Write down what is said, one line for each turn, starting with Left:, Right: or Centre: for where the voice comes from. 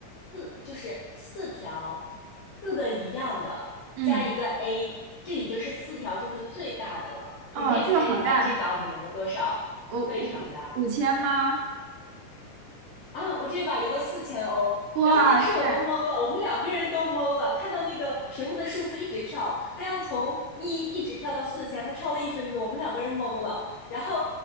Left: 四，就是四条，四个一样的加一个
Right: 嗯
Left: A，这已经是四条中的最大的了。
Right: 哦，
Left: 你可以猜一猜这把我们赢了多少？
Right: 这个好大，五五五千吗？
Left: 非常大。啊，我这一把赢了四千欧，
Right: 哇塞，
Left: 然后当时我都懵了，我们两个人都懵了，看到那个屏幕的数字一直跳，他要从一一直跳到四千，他跳了一分钟，我们两个人懵了。然后